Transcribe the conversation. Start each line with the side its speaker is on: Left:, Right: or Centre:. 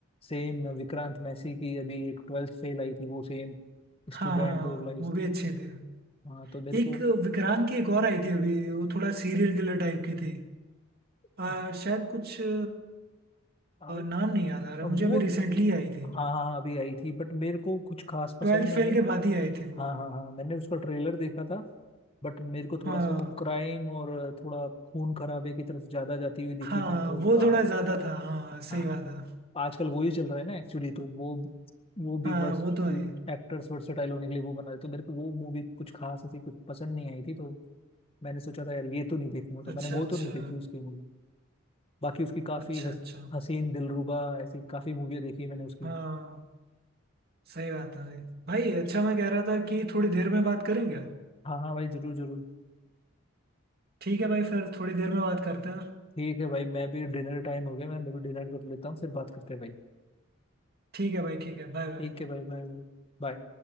Left: सेम विक्रांत मैसी की अभी एक ट्वेल्थ फेल आई थी वो सेम स्टूडेंट
Right: हाँ हाँ
Left: और लाइफ
Right: मूवी
Left: तो
Right: अच्छी थी
Left: हाँ तो मेरे
Right: एक
Left: को
Right: विक्रांत की एक और आई थी अभी वो थोड़ा सीरियल किलर टाइप की थी आ,
Left: आ,
Right: शायद कुछ आ,
Left: आ,
Right: नाम नहीं याद आ रहा
Left: वो
Right: मुझे अभी रिसेंटली आई थी
Left: हाँ हाँ हाँ, अभी आई थी बट मेरे को कुछ खास पसंद
Right: ट्वेल्थ
Left: नहीं
Right: फेल
Left: आई
Right: के बाद ही आई थी वो
Left: हाँ हाँ हाँ मैंने उसका ट्रेलर देखा था बट मेरे को थोड़ा
Right: हाँ
Left: सा वो क्राइम और थोड़ा खून खराबे की तरफ ज्यादा जाती हुई दिखी
Right: हाँ
Left: थी तो
Right: वो
Left: आ,
Right: थोड़ा ज्यादा था हाँ सही
Left: हाँ
Right: बात है
Left: आजकल वो ही चल रहा है ना एक्चुअली तो वो वो भी
Right: हाँ
Left: वर्स
Right: वो तो आई
Left: एक्टर्स वर्सेटाइल होने के लिए वो बना रहे तो मेरे को वो मूवी कुछ खास ऐसी कुछ पसंद नहीं आई थी तो मैंने सोचा था यार ये तो नहीं देखूंगा तो
Right: अच्छा
Left: मैंने वो
Right: अच्छा
Left: तो नहीं देखी उसकी मूवी बाकी उसकी काफी
Right: अच्छा
Left: हस,
Right: अच्छा
Left: हसीन दिलरुबा ऐसी काफी मूवी देखी मैंने उसकी
Right: हाँ सही बात है भाई भाई अच्छा मैं कह रहा था कि थोड़ी देर में बात करेंगे
Left: हाँ हाँ भाई जरूर जरूर
Right: ठीक है भाई फिर थोड़ी देर में बात करते हैं
Left: ठीक है भाई मैं भी डिनर टाइम हो गया मैं मैं भी डिनर कर लेता हूँ फिर बात करते हैं भाई
Right: ठीक है भाई ठीक है बाय बाय
Left: ठीक है भाई बाय बाय